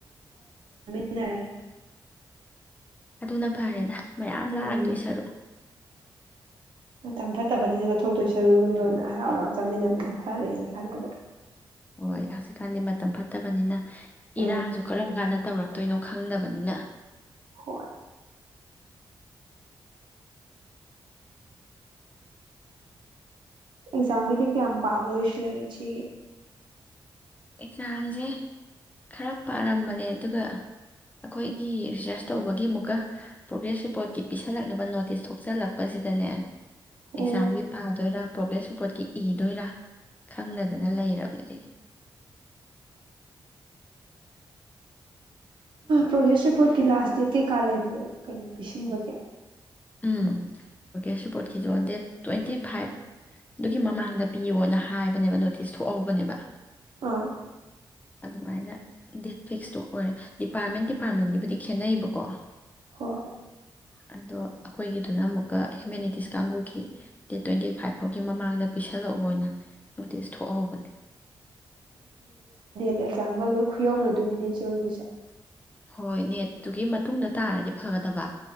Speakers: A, on the right (about 70°); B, on the left (about 20°).
A: ꯦ
B: ꯑꯗꯨꯅ ꯐꯔꯦꯗ ꯃꯌꯥꯝ ꯂꯥꯡꯗꯣꯏ
A: ꯎꯝ
B: ꯁꯔꯨꯛ
A: ꯝ ꯐꯠꯇꯕꯅꯤꯅ ꯆꯠꯊꯣꯛꯇꯣꯏ ꯁꯔꯨ ꯌꯨꯝꯗ ꯑꯣꯏꯅ ꯍꯔꯥꯎ ꯍꯔꯥꯎ ꯆꯥꯃꯤꯟꯅꯕꯅ ꯐꯔꯦꯅ ꯈꯜꯂꯕ
B: ꯍꯣꯏ ꯍꯧꯖꯤꯛꯀꯥꯟꯗꯤ ꯃꯇꯝ ꯐꯠꯇꯕꯅꯤꯅ
A: ꯎꯝ
B: ꯏꯔꯥꯡꯁꯨ ꯀꯔꯝ ꯀꯥꯟꯗ ꯇꯧꯔꯛꯀ ꯇꯣꯏꯩꯅꯣ ꯈꯪꯗꯕꯅꯤꯅ
A: ꯍꯣꯏ ꯑꯦꯛꯖꯝꯒꯗꯤ ꯀ ꯌꯥꯝ ꯄꯕꯂꯁ ꯂꯒꯦꯁꯤ
B: ꯑꯦꯛꯖꯥꯝꯁꯦ ꯈꯔ ꯄꯥꯔꯝꯕꯅꯦ ꯑꯗꯨꯒ ꯑꯩꯈꯣꯏꯒꯤ ꯔꯤꯁꯔꯁ ꯇꯧꯕꯒꯤ ꯑꯃꯨꯛꯀ ꯄ꯭ꯔꯣꯒ꯭ꯔꯦꯁ ꯔꯤꯄꯣꯔꯠꯀꯤ ꯄꯤꯁꯜꯂꯛꯅꯕ ꯅꯣꯇꯤꯁ ꯊꯣꯛꯆꯜꯂꯛꯄꯁꯤꯗꯅꯦ
A: ꯑꯣ
B: ꯑꯦꯛꯁꯥꯝꯒꯤ ꯐꯥꯗꯔ ꯄ꯭ꯔꯣꯒ꯭ꯔꯦꯁ ꯔꯤꯄꯣꯔꯠꯀꯤ ꯏꯗꯣꯏꯔꯥ ꯈꯪꯅꯗꯅ ꯂꯩꯔꯕꯅꯦ ꯑꯩ
A: ꯄ꯭ꯔꯣꯒ꯭ꯔꯦꯁ ꯔꯤꯄꯣꯔꯠꯀꯤ ꯂꯥꯁ ꯗꯦꯠ ꯀꯩꯀꯥ ꯂꯩꯕ ꯀꯩꯅꯣ ꯄꯤꯁꯤꯟꯕꯒꯦ
B: ꯎꯝ ꯑꯣꯀꯦꯁꯨꯄꯠꯈꯤꯗꯣ ꯗꯦꯠ ꯇ꯭ꯋꯤ ꯐꯥꯇꯤ ꯐꯥꯏꯚꯗꯨꯒꯤ ꯃꯃꯥꯡꯗ ꯄꯤꯌꯣꯅ ꯍꯥꯏꯕꯅꯦꯕ ꯅꯣꯇꯤꯁ ꯊꯣꯛꯍꯧꯕꯅꯦꯕ
A: ꯑꯥ
B: ꯑꯗꯨꯃꯥꯏꯅ ꯗꯦꯠ ꯐꯤꯛꯁꯇꯣ ꯑꯣꯏꯔꯦ ꯗꯤꯄꯥꯔꯠꯃꯦꯟ ꯗꯤꯄꯥꯔꯠꯃꯦꯟꯒꯤꯕꯨꯗꯤ ꯈꯦꯠꯅꯩꯌꯦꯕꯀꯣ
A: ꯍꯣꯏ
B: ꯑꯗꯣ ꯑꯩꯈꯣꯏꯒꯤꯗꯨꯅ ꯑꯃꯨꯛꯀ ꯍꯤꯌꯨꯃꯅꯤꯇꯤꯁ ꯀꯥꯡꯕꯨꯒꯤ ꯗꯦꯠ ꯇ꯭ꯋꯦꯟꯇꯤ ꯐꯥꯏꯚ ꯐꯥꯎꯒꯤ ꯃꯃꯥꯡꯗ ꯄꯤꯁꯜꯂꯛꯑꯣꯅ ꯅꯣꯇꯤꯁ ꯊꯣꯛꯍꯍꯧꯕꯅꯦ
A: ꯑꯦꯛꯖꯥꯝꯒꯜ ꯂꯣꯏ ꯈꯨꯌꯧꯅꯗꯣꯔꯤꯅꯦ ꯏꯆꯦ ꯍꯣꯏꯒꯤꯁꯦ
B: ꯍꯣꯏ ꯅꯦꯠꯇꯨꯒꯤ ꯃꯇꯨꯡꯗ ꯇꯥꯔꯗꯤ ꯐꯒꯗꯕ